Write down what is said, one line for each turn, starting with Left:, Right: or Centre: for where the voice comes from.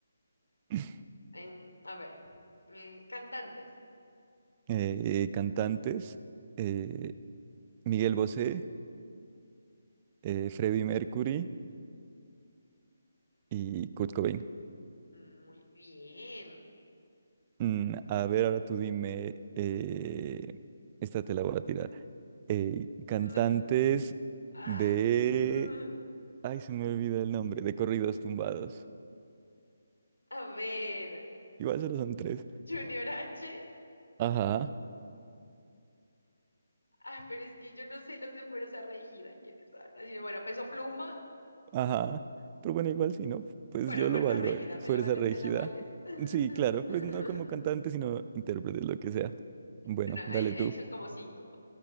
Right: <laughs>
Left: <laughs> Em, a ver, eh, cantantes.
Right: Eh, cantantes, eh, Miguel Bosé, eh, Freddie Mercury y Kurt Cobain.
Left: Muy bien.
Right: Mm, a ver, ahora tú dime, eh, esta te la voy a tirar. Eh, cantantes
Left: No- ah.
Right: de...
Left: <laughs>
Right: Ay, se me olvida el nombre, de corridos tumbados.
Left: A ver,
Right: Igual solo son tres.
Left: Junior H.
Right: Ajá,
Left: Ah, pero es que yo no sé los de Fuerza Regida, ¿quiénes son? Así, que bueno, Peso Pluma.
Right: ajá. Pero bueno, igual si no, pues
Left: Bueno,
Right: yo
Left: Fuerza
Right: lo valgo,
Left: Regida,
Right: eh,
Left: ¿me
Right: Fuerza
Left: la vales?
Right: rígida
Left: ¿Me la vales? <laughs>
Right: Sí, claro, pues no como cantante, sino intérprete, lo que sea. Bueno,
Left: Bueno,
Right: dale
Left: ahí,
Right: tú.
Left: ahí son como cinco.